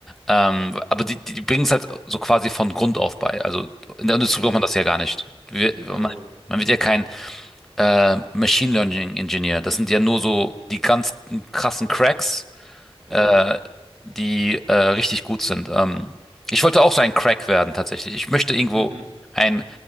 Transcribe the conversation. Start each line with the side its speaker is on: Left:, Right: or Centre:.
Centre: Ähm, aber die, die, die bringen es halt so quasi von Grund auf bei. Also in der Industrie
Right: Mm,
Centre: braucht man das ja gar nicht. Wir,
Right: ja.
Centre: man, man wird ja kein äh, Machine Learning Engineer. Das sind ja nur so die ganz krassen Cracks
Right: Ja.
Centre: äh, die äh, richtig gut sind. Ähm, ich wollte auch so ein Crack werden tatsächlich. Ich möchte irgendwo
Right: <laughs> Mhm.
Centre: ein,